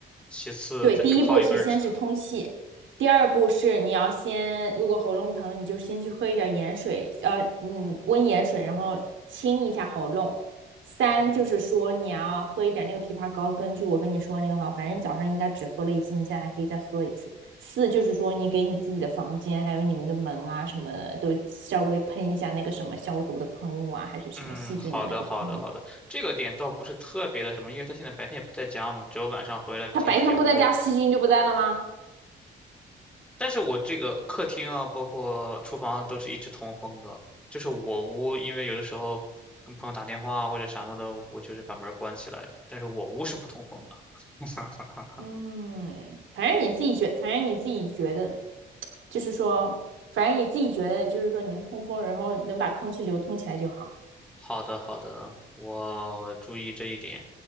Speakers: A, in the centre; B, on the right.
A: 其次再去泡一杯茶。
B: 对，第一步是先是通气，第二步是你要先，如果喉咙疼，你就先去喝一点盐水，呃，嗯，温盐水，然后清一下喉咙。三就是说你要喝一点那个枇杷膏，
A: 嗯
B: 根据我跟你说的那个方法，反正你早上应该只喝了一次，你现在还可以再喝一次。四就是说你给你自己的房间还有你们的门啊什么的都稍微喷一下那个什么消毒的喷雾啊，还是什么细菌的那个喷雾。
A: 嗯，好的，好的，好的。这个点倒不是特别的什么，因为他现在白天也不在家嘛，只有晚上回来就进自己屋了。
B: 他白天不在家，细菌就不在了吗？
A: 但是我这个客厅啊，包括厨房都是一直通风的，就是我屋，因为有的时候跟朋友打电话啊或者什么的，我就是把门儿关起来，但是我屋是不通风的。<laughs>
B: 嗯，反正你自己觉，反正你自己觉得，就是说，反正你自己觉得，就是说能通风，然后能把空气流通起来就好。
A: 好的，好的，我注意这一点。